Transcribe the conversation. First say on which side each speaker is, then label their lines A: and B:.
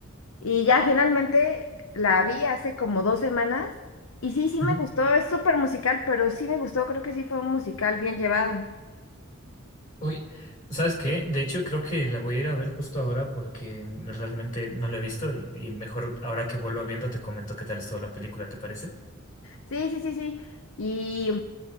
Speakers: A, on the left (about 70°); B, on the left (about 40°).
A: Y ya finalmente la vi hace como dos semanas. Y sí, sí
B: ujú.
A: me gustó. Es súper musical, pero sí me gustó. Creo que sí fue un musical bien llevado.
B: Uy, ¿sabes qué? De hecho, creo que la voy a ir a ver justo ahora porque realmente no la he visto y, y mejor ahora que vuelvo viendo te comento qué tal estuvo la película, ¿te parece?
A: Sí, sí, sí, sí. Y,